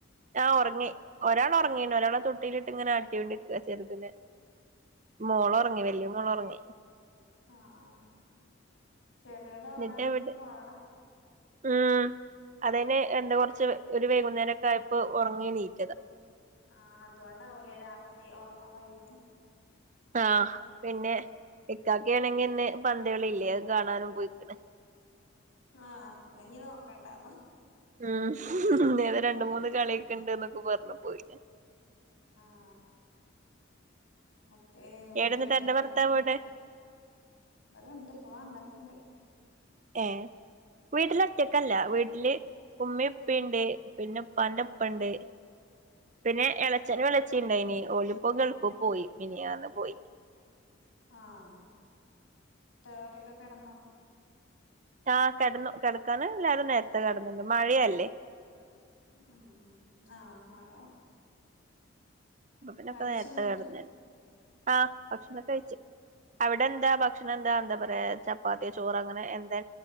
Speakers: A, on the right; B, on the left.
A: ആഹ ഉറങ്ങേ ഒരാൾ ഉറങ്ങീന ഒരാളെ തൊട്ടിയിലിട്ട് ഇങ്ങനെ ആട്ടിയൊണ്ടി ചെറുതിെ മോള ഉറങ്ങി വലിയ മോള ഉറങ്ങി
B: ആഹ ആഹ ശെരില
A: എന്നിട്ട്
B: ഉറങ്ങാൻ കുറച്ച്
A: ഇവിടെ
B: പാടാ
A: ഉം അതന് എന്താ കൊറച്ച് ഒരു വൈകുന്നേരംക്കെ ആയപ്പോൊ ഉറങ്ങി നീക്കത്
B: ആഹ അതുകൊണ്ടാവൂലേ രാത്രി ഉറങ്ങാൻ വൈകണ്
A: ആഹ പിന്നെ ഇക്കാക്കാണെങ്കിൽ ഇന്ന് പന്തകള ഇല്ലേ അ കാണാനും പോയിക്കണ്
B: ആഹ നഞ്ഞി നോക്കണ്ടന്നു
A: ഉം നേര രണ്ട മൂന്ന് കളിയൊക്കെ ഇണ്ട് എന്നൊക്കെ പറഞ്ഞു പോയിഞ്ഞ
B: ആഹ മറ്റേ വീട്ടിലൊത്തക്കാപ്പ
A: ഏടന്നിട്ട് അന്റെ ഭർത്താവ് എവിടെ
B: ഇവിടെ ഇണ്ട് പോവാ വന്നിട്ടുണ്ട്
A: ഏ വീട്ടിലറ്റക്കല്ല വീട്ടില് ഉമ്മിപ്പിണ്ട് പിന്നെ ഉപ്പാന്റെപ്പ ഉണ്ട്
B: <inaudible>
A: പിന്നെ ഇളച്ചൻ ഇളച്ചിണ്ടായിനി ഓലിപ്പൊ കേൾക്ക പോയി മിനിയന്ന് പോയി
B: ആഹ ഇ ഒരൊക്കെ കിടന്നു
A: ആ് കിടന്നു കിടക്കാന് എല്ലാരും നേരത്തെ കിടന്നണ്ട് മഴയയല്ലേ
B: ഉം ഉ ആഹ മഴ
A: അപ്പ പിന്നൊക്കെ
B: കഴിച്ചോ
A: നേരത്തെ
B: ന്നട്ട്
A: കടന്ന ആഹ് ഭക്ഷണംക്കെ കഴിച്ചു അവിടെ എന്താ ഭക്ഷണം എന്താ എന്താ പറയാ ചപ്പാത്തിയ ചോറ് അങ്ങനെ എന്താ